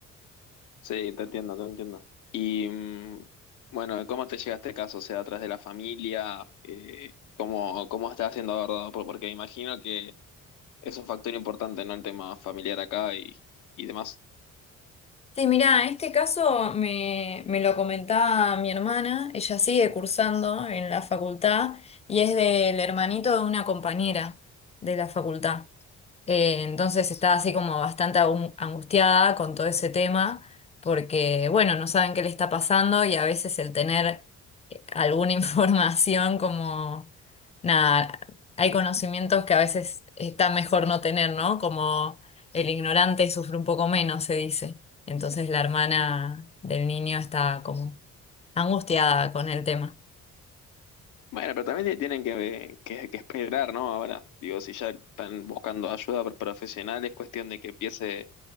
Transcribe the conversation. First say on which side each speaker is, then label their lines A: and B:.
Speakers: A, on the left; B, on the left.
A: Sí, te entiendo, te entiendo. Y, mm, bueno, ¿cómo te llega este caso? O sea, ¿atrás de la familia? Eh, ¿cómo, cómo estás siendo abordado? Por- Porque imagino que es un factor importante, ¿no? El tema familiar acá y, y demás.
B: Sí, mirá, este caso me, me lo comentaba mi hermana, ella sigue cursando en la facultad y es del hermanito de una compañera de la facultad. Eh, entonces está así como bastante agu- angustiada con todo ese tema, porque bueno, no saben qué le está pasando y a veces el tener eh, alguna <laughs> información como, nada, hay conocimientos que a veces está mejor no tener, ¿no? Como el ignorante sufre un poco menos, se dice. Entonces la hermana del niño está como angustiada con el tema.
A: Bueno, pero también tienen que, que- que esperar, ¿no? Ahora, digo, si ya están buscando ayuda pro- profesional, es cuestión de que empiece